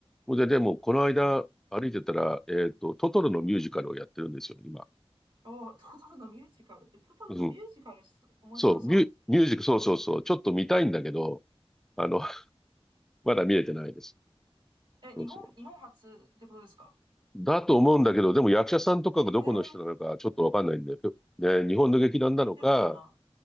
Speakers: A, in the centre; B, on the right (about 45°).
A: ほんで、でも、この間、
B: はい。
A: 歩いてたら、えっと、トトロのミュージカルをやってるんですよ、今。
B: おー、トトロのミュージカル。え、トトロのミュージカルす、
A: うん。
B: 面白そう。
A: そう、ミュ、ミュージック、そうそうそう。ちょっと見たいんだけど、あの、<laughs> まだ見れてないです。
B: え、日本、
A: そうそう。
B: 日本初ってことですか
A: だと思うんだけど、でも役者さんとかがどこの人なのか、
B: えー、
A: ちょっとわかんないんで、ね、日本の劇団なのか、
B: 聞、聞いてないな。